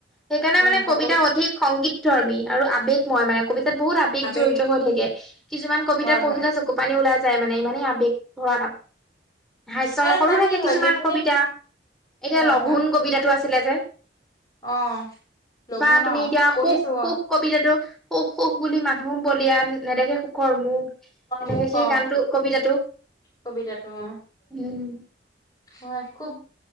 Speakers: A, in the centre; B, on the left (about 20°).
A: সেইকাৰণে
B: উম
A: মানে
B: সকলো
A: কবিতা অধিক সংগীত ধৰ্মী আৰু আৱেগময় মানে, কবিতাত বহুত আৱেগ বেগ
B: আবেগ
A: জৰিত হৈ থাকে, কিছুমান কবিতা
B: হয়
A: পঢ়িলে
B: হয়
A: চক কুপানী ওলাই যায় মানে ইমানেই আৱেগ ভৰা তাত, হাস্যৰসৰো
B: মানে তোমাৰ
A: থাকে
B: কি হয়
A: কিছুমান
B: সেইখিনি
A: কবিতা।
B: হয়
A: এতিয়া লঘোণ
B: হয়
A: কবিতাটো আছিলে যে
B: অ লঘু
A: বা
B: ন
A: তুমি এতিয়া
B: পঢ়িছো
A: সুখ সুখ
B: অ
A: কবিতাটো সুখ সুখ বুলি মানুহ বলিয়ান নেদেখে সুখৰ মুখ এনেকে
B: মোক
A: সেই
B: অ
A: গানটো কবিতাটো
B: কবিতাটো অ'।
A: উম'।
B: হয়। খুব